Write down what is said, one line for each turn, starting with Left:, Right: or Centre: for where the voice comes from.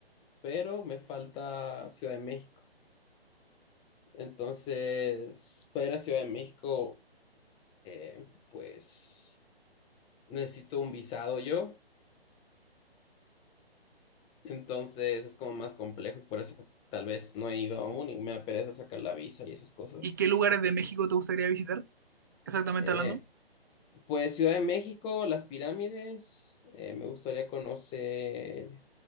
Left: pero me falta Ciudad de México. Entonces, para ir a Ciudad de México, eh, pues necesito un visado yo. Entonces es como más complejo y por eso tal vez no he ido aún y me da pereza sacar la visa y esas cosas.
Right: ¿y qué lugares de México te gustaría visitar? Exactamente
Left: Eh,
Right: hablando.
Left: pues Ciudad de México, las pirámides, eh, me gustaría conocer